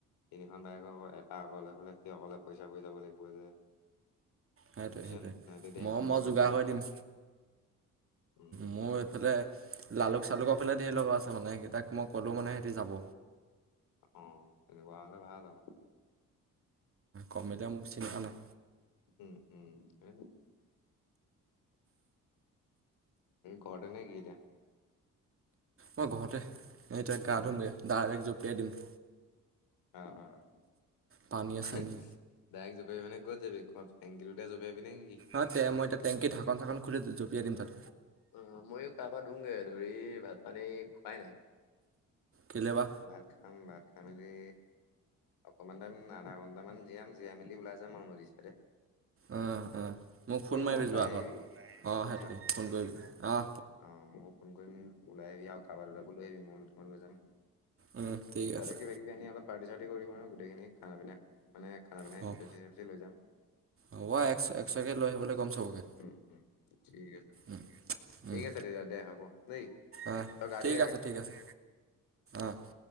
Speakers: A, on the left; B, on the right.
A: তিনিখন বাইকৰকৌ একা অকলে হ'লে সেই অকলে পইচা পৰি যাব লাগিব যে।
B: সেইটোৱে,
A: বুজিছ
B: সেইটোৱে,
A: নাই নহয় তেতিয়া
B: মই
A: এখন
B: মই
A: বাইকতো
B: যোগাৰ
A: দুটা
B: কৰি দিম।
A: উম
B: মোৰ
A: সেইটোৱে
B: এইফালে লালুক চালুকৰ ফালে ধেৰ লগ আছে মানে, সেইকেইট মই ক'লোঁ মানে সিহতি যাব।
A: অ', তেনেকুৱা হলে ভাল আৰু।
B: অ', মেডিয়াম চিনটা নাই
A: উম, উম, <unintelligible> ঘৰতে নেকি এতিয়া?
B: মই, ঘৰতে এতিয়া গা
A: উম
B: ধুমগৈ ডাইৰেক্ট জপিয়াই দিম।
A: অ',
B: পানীয়ে চানীয়ে
A: ডাইৰেক জপিয়াই মানে গ'ত যাবি ক টেংক জপিয়াই নে কি?
B: অ', তে মই তাত টেংকী ঢাকন চাকন খুলি জপিয়াই দিম তাত।
A: অ', ময়ো গা পৰা ধুমগৈ ধৰি ভাত পানী খুৱাই নাই।
B: কেলৈ বা?
A: ভাত খাম ভাত খাই মেলি অকণমান টাইম আধা ঘণ্টামান জীয়াম জীয়াই মেলি ওলাই যাম আৰু নদী চাইদে
B: অ', অ', মোক ফোন মাৰিবি
A: মই ওলাই
B: যোৱা আকৌ
A: আহিবি
B: অ',
A: শুনিছ
B: সেইটোৱে ফোন কৰিবি অ',
A: অ', মই ফোন কৰিম ওলাই আহিবি আৰু কাৰোবাৰ দুলাকো লৈ আহিবি মই দুটামান লৈ যাম।
B: উম, ঠিক
A: তাতে
B: আছে।
A: কিবা কিবি আনি অলপ পাৰ্টি চাৰ্টি কৰিম আৰু, গোটেইখিনি খানা পিনে মান খানা পিনে
B: হ'ব
A: চেচি চেফচি লৈ যাম।
B: হ'ব একশ একশকৈ লৈ আহিবলৈ কম চবকৈ
A: উম, উম। ঠিক আছে
B: উম।
A: ঠিক
B: উম,
A: আছে তেতিয়া দে হ'ব দেই
B: অ',
A: তই গা
B: ঠিক
A: ধুই আগে
B: আছে ঠিক আছে অ',